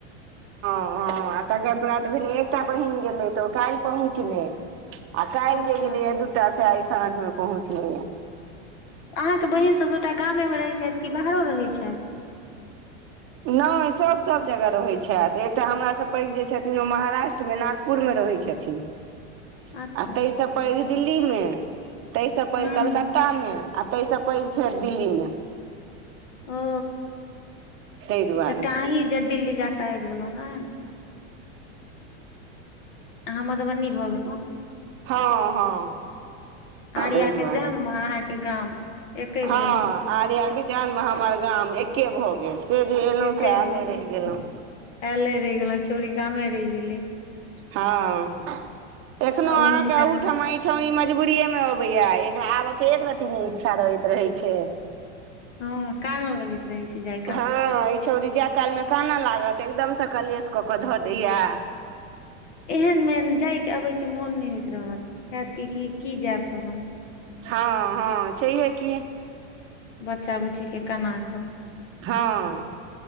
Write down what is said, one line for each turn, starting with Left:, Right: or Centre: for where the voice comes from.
Right: हॅं हॅं हॅं आ तकर प्रात भेने एकटा बहिन गेलै तऽ काल्हि पहुँचलै आ काल्हि
Left: अच्छा
Right: जे गेलेए दूटा से आइ साँझ में पहुँचले यए
Left: अहाँके बहिन सब सभटा गामेमे रहैत छथि कि बाहरो रहैत छथि
Right: नहि सभ सभ जगह रहैत छथि एकटा हमरा सऽ पैघ जे छथिन ओ महाराष्ट्रमे नागपुरमे रहैत छथिन त <unintelligible>
Left: अच्छा
Right: आ ताहिस पैघ दिल्ली मे ताहिस पैघ
Left: हूँ
Right: कलकत्ता मे आ ताहिस पैघ फेर दिल्ली मे
Left: ओ
Right: ताहि दुआरे
Left: एकटा अहीं जे दिल्ली जाकऽ आबि गेलहु ने अहाँ मधुबनी भऽ गेलौं
Right: हँ हँ ताहि
Left: आर्या के
Right: दुआरे
Left: जन्म अहाँके गाम एके
Right: हँ
Left: भऽ गेल
Right: आर्या के जन्म हमर गाम एके भऽ गेल से जे एलहुं
Left: एके
Right: से आयले
Left: भऽ
Right: रहि
Left: गेल
Right: गेलहु
Left: आयले रेह गेलौ छौड़ी गामे रेह गेलै
Right: हँ एखनो
Left: आ ओमजीका
Right: अहाँके अहुठमा
Left: गाम
Right: इ छौड़ी मजबूरीेये में अबेया एकरा आब कऽ एक रती ने इच्छा रहैत रहे छैय
Left: हँ कानऽ लगै रहै छैय जायक
Right: हँ ई छौड़ी जाय कालमे कानऽ लागत एकदमसँ कलेश कऽ कऽ धऽ दैया
Left: एहन मे जायके अबे के मोन नहि होइत रहत हेत कि की की जायब तहन
Right: हँ हँ छैहे कि
Left: बच्चा बुच्ची के कना कऽ
Right: हँ